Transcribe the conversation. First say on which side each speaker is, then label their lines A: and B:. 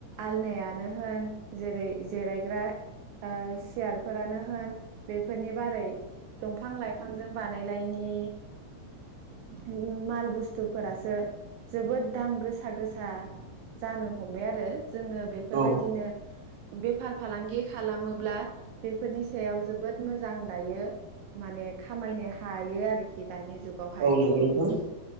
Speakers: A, on the right (about 80°); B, on the right (about 55°).
A: आलनायानो होन जेरै जिरायग्रा ओ सियारफोरानो होन बेफोरनि बारै दंफां लाइफांजों बानाय नाइनि उम माल बुस्थुफोरासो जोबोद दाम गोसा गोसा जानो हमबाय आरो जोङो बेफोरबायदिनो
B: औ
A: बेफार फालांगि खालामोब्ला बेफोरनि सायाव जोबोद मो मोजां दायो माने खामायनो हायो आरोखि दानि जुगावहाय
B: औ नंगौ नोंथां